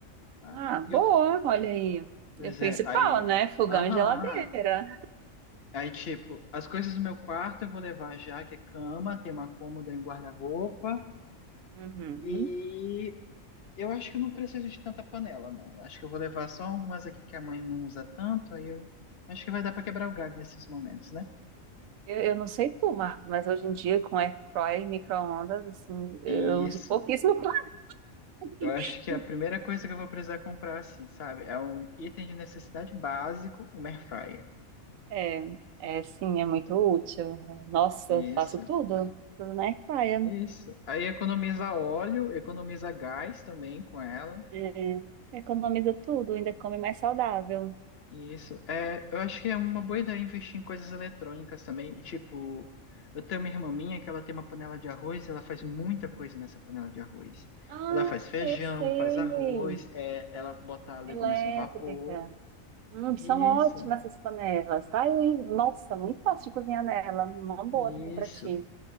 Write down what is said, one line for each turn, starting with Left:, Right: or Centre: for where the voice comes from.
Left: tá?
Right: Ah,
Left: E
Right: boa,
Left: outros
Right: olha aí.
Left: Pois
Right: É o principal,
Left: é, aí.
Right: né? Fogão
Left: Aham.
Right: e geladeira.
Left: Aí, tipo, as coisas do meu quarto eu vou levar já, que é cama, tem uma cômoda e um guarda-roupa.
Right: Uhum.
Left: E eu acho que eu não preciso de tanta panela, não. Acho que eu vou levar só algumas aqui que a mãe não usa tanto, aí eu acho que vai dar pra quebrar o galho nesses momentos, né?
Right: Eu, eu não sei tu, Marco, mas hoje em dia com air fryer e micro-ondas, assim,
Left: Isso.
Right: eu uso pouquíssimo <laughs> planejamento.
Left: Eu acho que a primeira coisa que eu vou precisar comprar, assim, sabe? É um item de necessidade básico, um air fryer.
Right: É, é, sim, é muito útil. Nossa,
Left: Isso,
Right: faço tudo, tudo na air fryer.
Left: isso. Aí economiza óleo, economiza gás também com ela.
Right: É, economiza tudo, ainda come mais saudável.
Left: Isso. É, eu acho que é uma boa ideia investir em coisas eletrônicas também. Tipo, eu tenho uma irmã minha que ela tem uma panela de arroz, ela faz muita coisa nessa panela de arroz.
Right: Ah,
Left: Ela faz feijão,
Right: eu sei.
Left: faz arroz, é, ela bota legumes
Right: Elétrica.
Left: no vapor.
Right: Hum,
Left: Isso,
Right: são ótimas essas panelas, tá? E, nossa, muito fácil de cozinhar nela. Uma boa
Left: isso.
Right: também para ti.